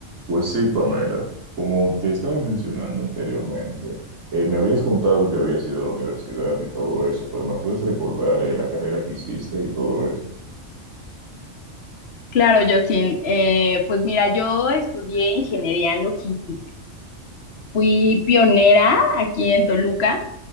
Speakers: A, on the right; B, on the left.
A: Pues sí, Pamela, como te estaba mencionando anteriormente, eh, me habías contado que habías ido a la universidad y todo eso, pero ¿me puedes recordar eh, la carrera que hiciste y todo eso?
B: Claro, Justin. Eh, pues mira, yo estudié ingeniería en logística. Fui pionera aquí en Toluca